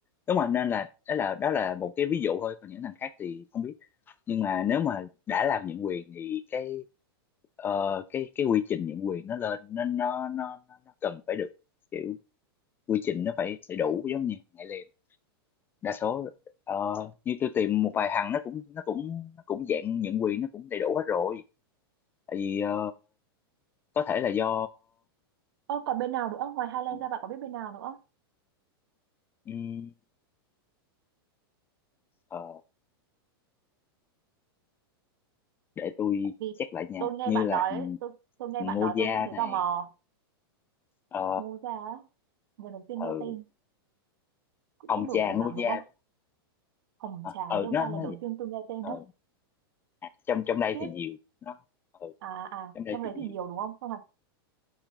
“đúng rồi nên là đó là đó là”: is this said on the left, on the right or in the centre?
Left